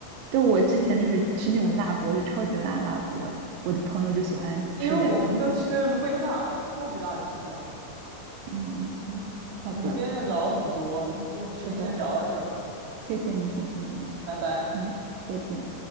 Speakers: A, on the right; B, on the right.
A: 对，我之前就是吃那种辣锅，就超级辣辣锅，我的朋友就喜欢吃原汤。
B: 因为我们都吃微辣，超级辣吃不了。
A: 嗯嗯嗯，好的，
B: 我们今天也聊了很多，要不今天先聊到这儿吧，
A: 是的，谢谢你，谢谢你，
B: 拜拜。
A: 嗯，再见。